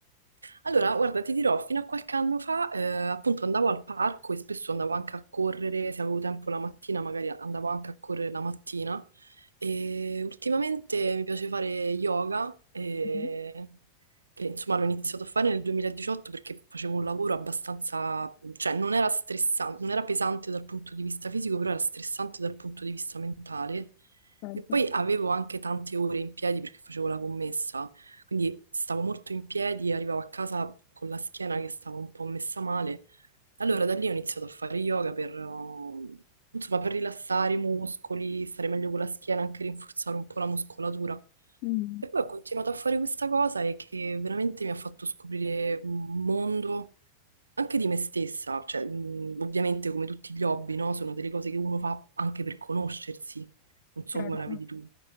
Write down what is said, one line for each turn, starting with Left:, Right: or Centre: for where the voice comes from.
Right: Allora, guarda, ti dirò, fino a qualche anno fa, eh, appunto andavo al parco e spesso andavo anche a correre, se avevo tempo la mattina, magari andavo anche a correre la mattina. E ultimamente mi piace fare yoga, e-
Left: Mhm,
Right: che insomma l'ho iniziato a fare nel 2018 perché facevo un lavoro abbastanza, cioè non era stressante, non era pesante dal punto di vista fisico, però era stressante dal punto di vista mentale.
Left: Certo,
Right: E poi avevo anche tante ore in piedi perché facevo la commessa quindi stavo molto in piedi, arrivavo a casa con la schiena che stava un po' messa male. Allora da lì ho iniziato a fare yoga per, eh, insomma, per rilassare i muscoli, stare meglio con la schiena, anche rinforzare un po' la muscolatura.
Left: Mm,
Right: E poi ho continuato a fare questa cosa e che veramente mi ha fatto scoprire un mondo anche di me stessa, cioè, mh, ovviamente come tutti gli hobby, no? Sono delle cose che uno fa anche per conoscersi. Non so
Left: certo,
Right: come la vedi tu.